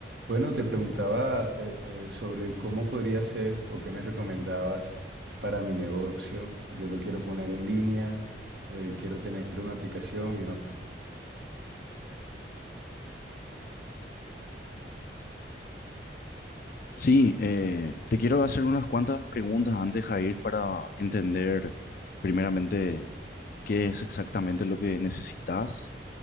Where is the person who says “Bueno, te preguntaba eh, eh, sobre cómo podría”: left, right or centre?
Right